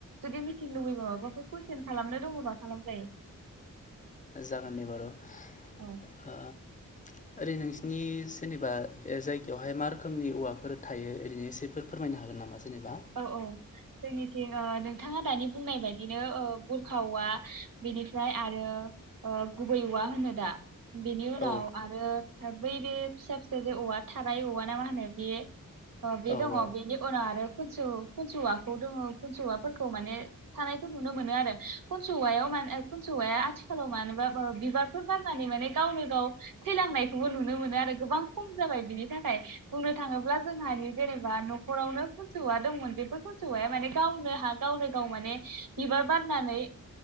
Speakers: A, on the right; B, on the left.
A: जुदि मिथिनो लुबैयोबा माबाफोर कुइसन खालामनो दङबा खालामजायो।
B: जागोन दे बारू ओ।
A: औ
B: ओरै नोंसिनि सोरनिबा जायगायावहाय मा रोखोमनि औवाफोर थायो ओरैनो एसेफोर फोरमायनो हागोन नामा? जेनेबा
A: औ औ जोंनिथिं ओ नोंथाङा दानि बुंनाय बायदिनो बुरखा औवा बेनिफ्राय आरो गुबै औवा होनो दा। बेनि उनाव
B: औ
A: आरो बै बे फिसा फिसा जे औवा थाराय औवा ना मा होनो बे। अ बे
B: औ
A: दङ
B: औ
A: बेनि उनाव आरो खनसौ खनसौवाखौ दङ खनस'वाफोरखौ माने थानायखौ नुनो मोनो आरो खनसौवायाव मान खनसौवाया आथिखालाव मानोबा बिबारफोर बारनानै माने गावनो गाव थैलांनायखौबो नुनो मोनो आरो गोबां खम जाबाय बिनि थाखाय बुंनो थाङोब्ला जोंहानि जेनेबा न'खरावनो खनसौवआ दंमोन बेफोर खनसौाया माने गावनो हाय गावनो गाव माने बिबार बारनानै